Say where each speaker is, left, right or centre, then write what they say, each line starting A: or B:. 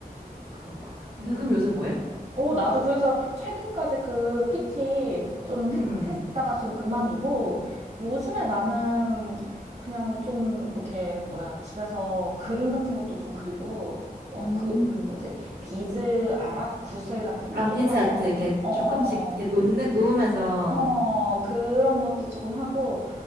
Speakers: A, on the right; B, on the right.
A: 그렇구나. 그래서
B: 음.
A: 그럼 요새 뭐 해?
B: 어, 나도 그래서 최근까지 그 PT 좀 했,
A: 응.
B: 했다가 좀 그만두고 요즘에 나는 그냥 좀 이렇게 뭐야 집에서 그림 같은 것도 좀 그리고 어,
A: 음.
B: 그, 그 뭐지? 비즈 알아? 구슬 같은
A: 아,
B: 거 조그만한
A: 비즈아트
B: 거?
A: 이렇게
B: 어, 어,
A: 조금씩 이렇게 놓는, 놓으면서
B: 어, 어, 그런 것도 조금 하고